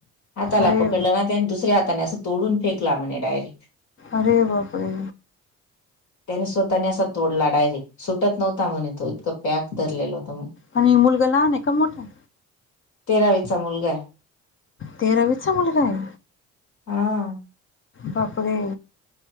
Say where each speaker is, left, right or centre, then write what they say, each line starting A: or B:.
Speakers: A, on the left (about 65°); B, on the left (about 40°).
A: हाताला
B: अरे
A: पकडलं ना त्यानी दुसऱ्या हाताने असं तोडून फेकला म्हणे डायरेक.
B: अरे बापरे,
A: त्याने स्वतःने असं तोडला डायरेक्ट सुटत नव्हता म्हणे तो, इतकं पॅक धरलेला होता म्हणे.
B: आणि मुलगा लहान आहे का मोठा ये?
A: तेरावीचा मुलगा ये.
B: तेरावीचा मुलगा ये
A: हा.
B: बापरे,,